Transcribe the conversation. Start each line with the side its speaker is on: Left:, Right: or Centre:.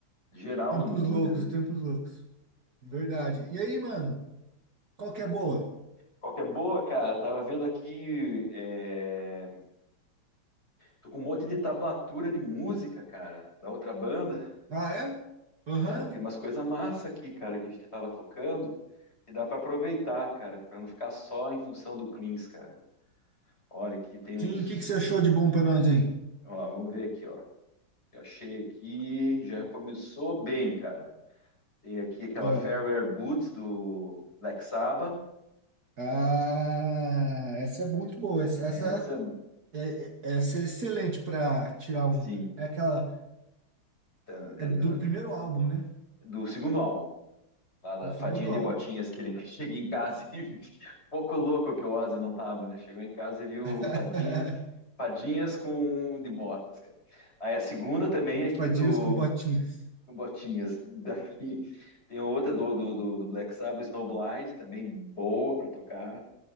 Left: Geral,
Right: Tempos
Left: não vamos
Right: loucos,
Left: dizer.
Right: tempos loucos. Verdade. E aí, mano? Qual que é a boa?
Left: Qual que é boa, cara? Tava vendo aqui, é, tô com um monte de tablatura de música, cara, da outra banda.
Right: Ah, é? Aham.
Left: Cara, tem umas coisas massa aqui, cara, que a gente tava tocando. E dá para aproveitar, cara, para não ficar só em função do cleans, cara. Olha, aqui tem uns.
Right: Sim, o que que você achou de bom pra nós aí?
Left: Ó, vamos ver aqui, ó. Eu achei aqui, já começou bem, cara. Tem aqui aquela
Right: Ah,
Left: Fairwear Boots do Black Sabbath.
Right: Ah, essa é muito boa. Essa,
Left: Essa,
Right: essa é, é- essa é excelente pra tirar um.
Left: sim,
Right: É aquela.
Left: tá- é
Right: É do
Left: da-
Right: primeiro álbum, né?
Left: do segundo álbum, lá da
Right: Do segundo
Left: fadinha de
Right: álbum.
Left: botinhas que ele <laughs> cheguei em casa e <laughs> pouco louco que o Ozzy não tava, né? Chegou em casa e viu
Right: <laughs>
Left: fadinha, fadinhas com de botas, cara. Aí a segunda também aqui
Right: Fadinhas
Left: do
Right: com botinhas.
Left: Botinhas. Daí tem outra do, do, do, do Black Sabbath, Snowblind, também boa pra tocar.